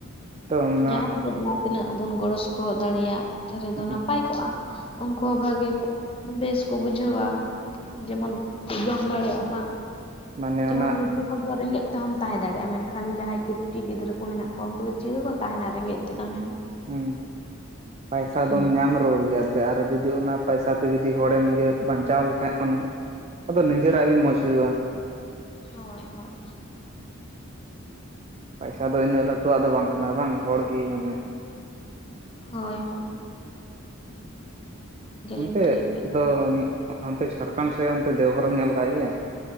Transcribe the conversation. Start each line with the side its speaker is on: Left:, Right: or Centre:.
Right: ᱛᱚ ᱚᱱᱟ
Left: ᱡᱟᱸᱦᱟᱭ ᱜᱮ ᱡᱟᱸᱦᱟ ᱛᱤᱱᱟᱹᱜ ᱵᱚᱱ ᱜᱚᱲᱚ ᱥᱚᱯᱚᱦᱚᱫ ᱫᱟᱲᱮᱭᱟᱜ ᱛᱟᱦᱞᱮ
Right: ᱦᱮᱸ
Left: ᱫᱚ ᱱᱟᱯᱟᱭ ᱠᱚᱜᱼᱟ᱾ ᱩᱱᱠᱳ ᱦᱚᱸ ᱵᱷᱟᱜᱮ ᱠᱚᱜ ᱵᱮᱥ ᱠᱚ ᱵᱩᱡᱷᱟᱹᱣᱟ ᱡᱮᱢᱚᱱ ᱩᱱᱠᱩ ᱡᱚᱢ ᱫᱟᱲᱮᱭᱟᱜ ᱢᱟ
Right: ᱢᱟᱱᱮ
Left: ᱡᱮᱢᱚᱱ
Right: ᱚᱱᱟ
Left: ᱱᱩᱠ ᱴᱩ ᱦᱚᱲ ᱫᱚ ᱨᱮᱸᱜᱮᱡ ᱛᱮᱦᱚᱢ ᱛᱟᱸᱦᱮ ᱫᱟᱲᱮᱜᱼᱟ ᱢᱮᱱᱠᱷᱟᱱ ᱡᱟᱸᱦᱟᱭ ᱠᱟᱹᱴᱤᱡ ᱜᱤᱫᱽᱨᱟᱹ ᱠᱚ ᱦᱮᱱᱟᱜ ᱠᱚᱣᱟ ᱩᱱᱠᱩ ᱫᱚ ᱪᱤᱠᱟᱹ ᱜᱚᱫ ᱛᱟᱦᱮᱱᱟ ᱨᱮᱸᱜᱮᱡ ᱛᱮᱫᱚ ᱦᱮᱸ?
Right: ᱦᱩᱸ ᱯᱟᱭᱥᱟ
Left: ᱦᱩᱸ
Right: ᱫᱚᱢ ᱧᱟᱢ ᱨᱩᱣᱟᱹᱲ ᱜᱮᱭᱟ ᱮᱛᱮ ᱟᱨ ᱡᱩᱫ ᱛᱤ ᱚᱱᱟ ᱯᱟᱭᱥᱟ ᱛᱮ ᱡᱩᱫᱤ ᱦᱚᱲᱮᱢ ᱤᱭᱟᱹ ᱵᱟᱧᱪᱟᱣ ᱞᱮᱠᱷᱟᱡ ᱚᱱᱮ ᱟᱫᱚ ᱱᱤᱡᱮᱨᱟᱜ ᱜᱮ ᱢᱚᱸᱡᱽ ᱦᱩᱭᱩᱜᱼᱟ᱾
Left: ᱦᱚᱭ ᱦᱚᱭ᱾
Right: ᱯᱟᱭᱥᱟ ᱫᱚ ᱤᱱᱟᱹᱜ ᱞᱟᱹᱴᱩᱣᱟᱜ ᱫᱚ ᱵᱟᱝ ᱠᱟᱱᱟ ᱵᱟᱝ ᱦᱚᱲ ᱜᱤ ᱢᱟᱱᱮ
Left: ᱦᱳᱭ ᱦᱳᱭ ᱾
Right: ᱚᱱᱛᱮ
Left: ᱞᱟᱹᱴᱩᱭᱤᱡ ᱠᱟᱱᱟᱭ
Right: ᱫᱚ ᱟᱱᱛᱮ ᱡᱷᱟᱨᱠᱷᱚᱸᱱᱰ ᱥᱮ ᱚᱱᱛᱮ ᱫᱮᱣᱜᱷᱚᱨᱚᱢ ᱧᱮᱞ ᱠᱟᱜ ᱜᱮᱭᱟ?